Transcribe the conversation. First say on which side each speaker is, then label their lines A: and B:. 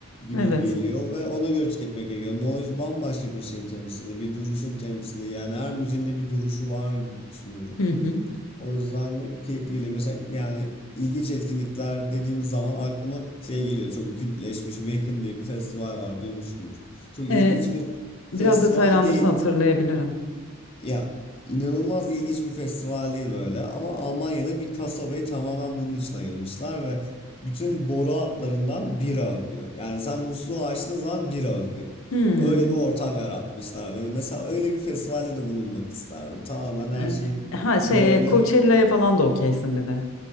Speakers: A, on the left; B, on the left.
A: gibi
B: Evet.
A: geliyor ve ona göre tüketmek gerekiyor. Noise bambaşka bir şeyin temsili, bir duruşun temsili. Yani her müziğinde bir duruşu var gibi düşünüyorum.
B: Hı hı.
A: O yüzden de keyifli geliyor. Mesela yani ilginç etkinlikler dediğim zaman aklıma şey geliyor. Çok kültleşmiş Wacken diye bir festival var. Duymuşsundur. Çok ilginç
B: Ee,
A: bir
B: biraz
A: festival
B: detaylandırsın
A: değil.
B: hatırlayabilirim.
A: Ya inanılmaz ilginç bir festival değil böyle. Ama Almanya'da bir kasabayı tamamen bunun için ayırmışlar ve bütün boru hatlarından bira akıyor. Yani sen musluğu açtığın zaman bira akıyor.
B: Hmm.
A: Öyle bir ortam yaratmışlar. Böyle mesela öyle bir festivalde de bulunmak isterdim. Tamamen
B: Ee,
A: her şeyin
B: ha şey
A: böyle
B: Coachella'ya falan da okeysin bir de.